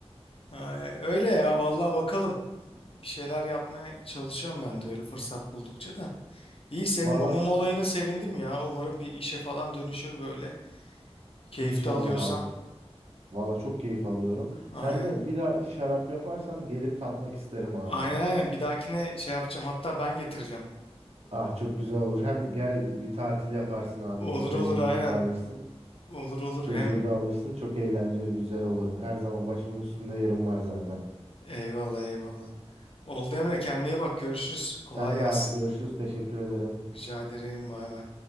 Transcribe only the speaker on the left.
Aynen. Öyle ya vallahi bakalım. Bir şeyler yapmaya çalışıyorum ben de öyle fırsat buldukça da.
İyi senin
bu mum olayına sevindim ya. Umarım bir işe falan dönüşür böyle. Keyif
de alıyorsan.
Aynen.
Aynen aynen bir dahakine şey yapacağım hatta ben getireceğim.
Olur
olur
aynen.
Olur olur
hem
eyvallah eyvallah. Oldu Emre kendine iyi bak görüşürüz.
Kolay gelsin.
Rica ederim bay bay.